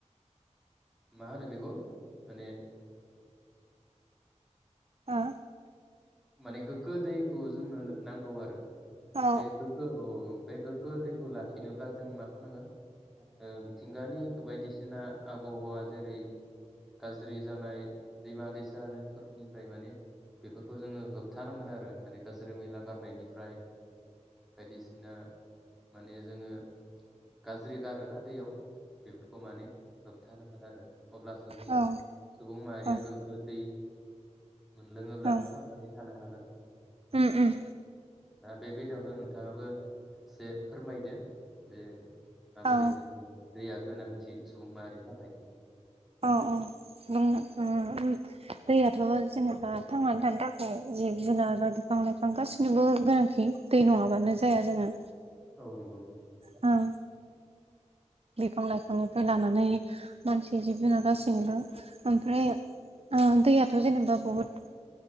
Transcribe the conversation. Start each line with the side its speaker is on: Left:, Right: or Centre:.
Centre: मा होनो बेखौ माने
Right: औ
Centre: माने गोग्गो दैखौ जोंनो नांगौ आरो
Right: औ
Centre: बे गोग्गो औ बे गोग्गो दैखौ लाखिनोब्ला जों मा खालामनांगोन मिथिंगानि बायदिसिना आबहावा जेरै गाज्रि जानाय दैमा दैसाफोरनिफ्राय माने बेफोरखौ जोङो होबथानांगोन आरो माने गाज्रि मैला गारनायनिफ्राय बायदिसिना माने जोङो गाज्रि गारोना दैयाव बेफोरखौ माने होबथानांगोन आरो अब्लासो जोङो
Right: औ
Centre: सुबुं माहारिया
Right: औ
Centre: गोग्गो दै लोङोब्ला
Right: औ
Centre: थांनानै थानो हागोन
Right: उम उम
Centre: दा बे बेलायावनो नोंथाङाबो एसे फोरमायदो जे माबोरै
Right: औ
Centre: जोंनो दैया गोनांथि सुबुं माहारिनि थाखाय
Right: औ औ बुंनो उम दैयाथ' जेनेबा थांनानै थानो थाखाय जिब जुनार बा बिफां लाइफां गासिनिबो गोनांथि दै नङाबानो जाया जोङो
Centre: औ नंगौ
Right: औ बिफां लाइफांनिफ्राय लानानै मानसि जिब जुनार गासिबो ओमफ्राय आ दैयाथ' जेनेबा बुहुद